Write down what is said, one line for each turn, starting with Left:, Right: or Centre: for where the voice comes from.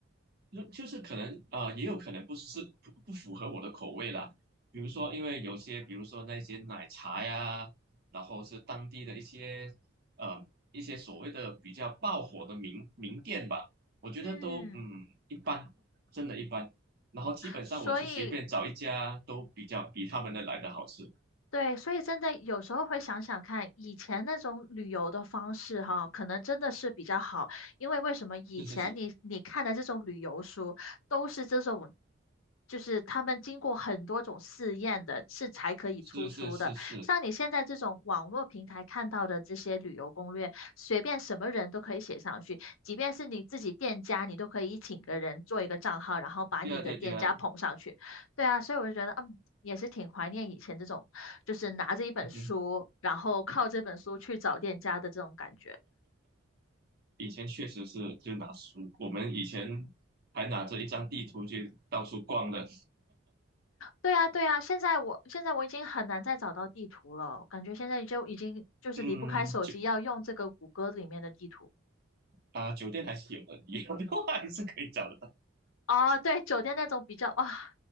Right: 就就是可能啊、呃也有可能不是不不符合我的口味啦。比如说，因为有些，比如说那些奶茶呀，然后是当地的一些呃一些所谓的比较爆火的名名店吧，我觉得都嗯一般，
Left: 嗯，
Right: 真的一般。然后基本上我就随便找一家都比较比他们的来的好吃。
Left: 所以对，所以真的有时候会想想看，以前那种旅游的方式哈，可能真的是比较好，因为为什么以前你你看的这种旅游书都是这种，
Right: 是是是
Left: 就是他们经过很多种试验的，是才可以出书的。
Right: 是是是是，
Left: 像你现在这种网络平台看到的这些旅游攻略，随便什么人都可以写上去，即便是你自己店家，你都可以请个人做一个账号，然后把你的店家捧上去。
Right: 对啊对啊对啊，
Left: 对啊，所以我就觉得，嗯，也是挺怀念以前这种，就是拿着一本书，
Right: 嗯哼，
Left: 然后靠这本书去找店家的这种感觉。
Right: 以前确实是就拿书，我们以前还拿着一张地图去到处逛的。
Left: 对啊，对啊，现在我现在我已经很难再找到地图了，感觉现在就已经就是离不开手机，
Right: 嗯，酒
Left: 要用这个谷歌里面的地图。
Right: 啊，酒店还是有的，以后的话还是可以找得到。
Left: 哦，对，酒店那种比较，哇，